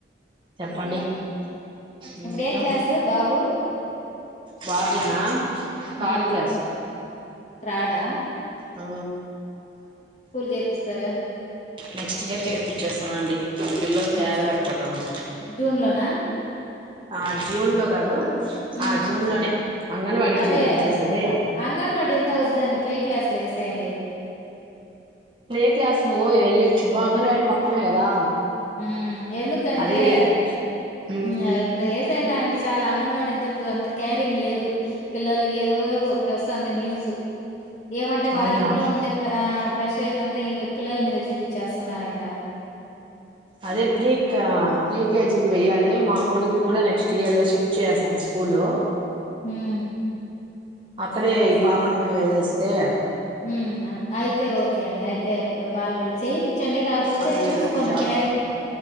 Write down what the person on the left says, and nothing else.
ఇప్పుడ ఏ క్లాసు బాబు
హమ్
త్రాడా
చేర్పిస్తారు?
నెక్స్ట్
ఇయర్ జూన్‌లోనా?
హ్మ్.
అదే
అంగన్వాడి అంతా ఉద్దండి ప్లే క్లాసుల వేసేయండి
ఊ ఎందుకంటే
ఇంగ ఇప్పుడు ఏసేస్నర అంటే చాలా అంగన్వాడీ అంత ఇప్పుడు అంత కేరింగ్ లేదు పిల్లకి ఏదో ఒకటి వస్థాంది న్యూస్ ఏమంటే వాళ్ళ
ఇంట్లో ఉండే ప్ర ప్రష్టేషన్ అంతా ఇంగ పిల్లల మీద చూపించేస్తున్నారంట
ఆ!
హ్మ్.
సరే,
ఊ అం అయితే ఓకే అండి అయితే బాలబడ్ల్లో చేయిర్పించండి కాకపోతే
చూసుకోండి
క్యారింగ్